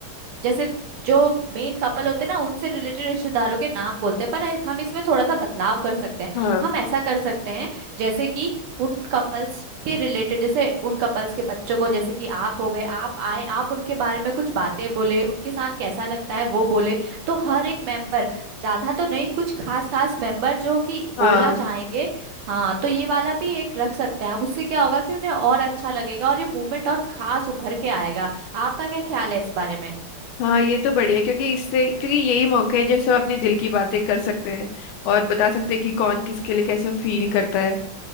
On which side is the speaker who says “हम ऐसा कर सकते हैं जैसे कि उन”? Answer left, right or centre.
Right